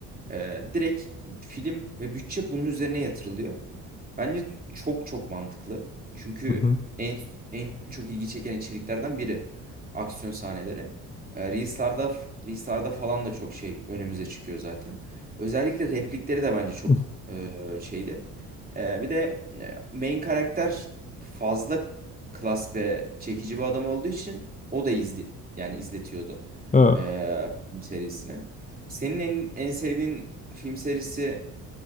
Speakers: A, on the right (about 20°); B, on the left (about 20°).
A: e, direkt film ve bütçe bunun üzerine yatırılıyor. Bence çok çok mantıklı. Çünkü
B: hı. hı.
A: en en çok ilgi çeken içeriklerden biri aksiyon sahneleri. E, Reels'larda Reels'larda falan da çok şey önümüze çıkıyor zaten. Özellikle replikleri de bence çok
B: <laughs>
A: e, şeydi. E, bir de e, main karakter fazla klas ve çekici bir adam olduğu için o da izli yani izletiyordu
B: Ha,
A: e, film serisine. Senin en, en sevdiğin film serisi